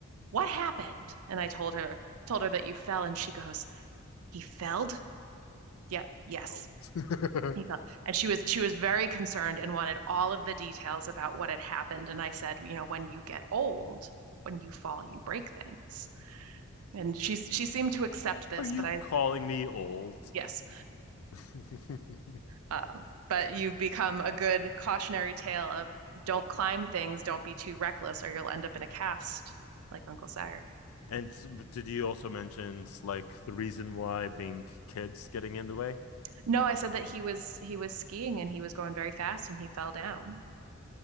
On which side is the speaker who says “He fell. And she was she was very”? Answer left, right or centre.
Right